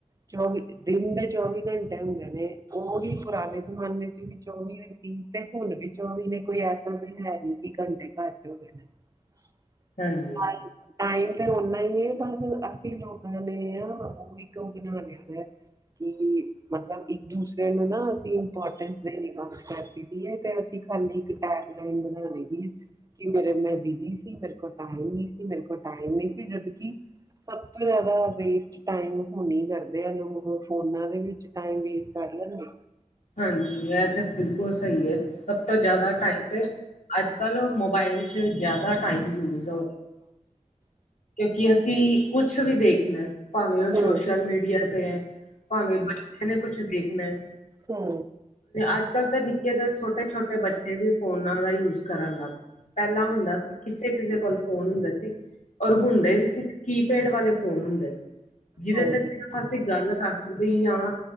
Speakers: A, on the right (about 25°); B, on the left (about 65°).
A: ਚੌਵੀ ਦਿਨ ਦੇ ਚੌਵੀ ਘੰਟੇ ਹੁੰਦੇ ਨੇ ਉਹਹੀ ਪੁਰਾਣੇ ਜ਼ਮਾਨੇ ਚ ਵੀ ਚੌਵੀ ਹੋਈ ਸੀ ਤੇ ਹੁਣ ਵੀ ਚੌਵੀ ਨੇ ਕੋਈ ਐਸਾ ਵੀ ਹੈ ਨਹੀਂ ਕਿ ਘੰਟੇ ਘੱਟ ਹੋ ਗਏ ਨੇ। <unintelligible>
B: ਹਾਂਜੀ,
A: ਬਸ ਟਾਈਮ ਤੇ ਨਾ ਹੀ ਹੈ ਬਸ ਅਸੀਂ ਲੋਕਾਂ ਨੇ ਹਾਂ ਉਹ ਇੱਕ ਉਹ ਬਣਾ ਲਿਆ ਵ। ਕਿ ਮਤਲਬ ਇੱਕ ਦੂਸਰੇ ਨੂੰ ਨਾ ਅਸੀਂ ਇੰਪੋਰਟੈਂਸ ਦੇਣੀ ਵਾਸ ਤੇ ਅਸੀਂ ਖਾਲੀ ਇੱਕ ਟੈਮ ਲਈਨ ਬਣਾਣੇ ਦੀ ਕਿ ਮੇਰੇ ਮੈਂ ਬਿਜੀ ਸੀ। ਸੀ ਮੇਰੇ ਕੋਲ ਟਾਈਮ ਨਹੀਂ ਸੀ ਮੇਰੇ ਕੋਲ ਟਾਈਮ ਨਹੀਂ ਸੀ ਜਦ ਸਭ ਤੋਂ ਜ਼ਿਆਦਾ ਵੇਸਟ ਟਾਈਮ ਹੋਣੀ ਕਰਦੇ ਆ ਲੋਕ ਫੋਨਾਂ ਦੇ ਵਿੱਚ ਟਾਈਮ ਵੇਸ ਕਰ ਲੈਂਦੇ।
B: ਹਾਂਜੀ ਇਹ ਤੇ ਬਿਲਕੁਲ ਸਹੀ ਹੈ ਸਭ ਤੋਂ ਜ਼ਿਆਦਾ ਟਾਈਮ ਤੇ। ਅੱਜ ਕੱਲ੍ਹ ਮੋਬਾਈਲ ਚ ਜ਼ਿਆਦਾ ਟਾਈਮ ਯੂਜ ਹੋ। ਕਿ ਅਸੀਂ ਕੁਛ ਵੀ ਦੇਖਣਾ। ਭਾਵੇਂ ਉਹ
A: ਹੂੰ,
B: ਸੋਸ਼ਲ ਮੀਡੀਆ ਤੇ ਹੈ ਭਾਵੇਂ ਬੱਚਿਆਂ ਨੇ ਕੁਛ ਦੇਖਣਾ ਹੈ।
A: ਹੂੰ,
B: ਅੱਜ ਕੱਲ੍ਹ ਤਾਂ ਨਿੱਕੇ ਤਾਂ ਛੋਟੇ ਛੋਟੇ ਬੱਚੇ ਵੀ ਫੋਨਾਂ ਦਾ ਯੂਜ ਕਰਨ ਲੱਗ ਗਏ। ਪਹਿਲਾਂ ਹੁੰਦਾ ਸੀ ਕਿਸੇ ਕਿਸੇ ਕੋਲ ਫੋਨ ਹੁੰਦਾ ਸੀ। ਔਰ ਹੁੰਦੇ ਵੀ ਸੀ ਕੀਪੈਡ ਵਾਲੇ ਫੋਨ ਹੁੰਦੇ ਸੀ। ਜਿਹਦੇ
A: ਹਾਂਜੀ
B: ਤੇ ਸਿਰਫ ਅਸੀਂ ਗੱਲ ਕਰ ਸਕਦੇ ਹ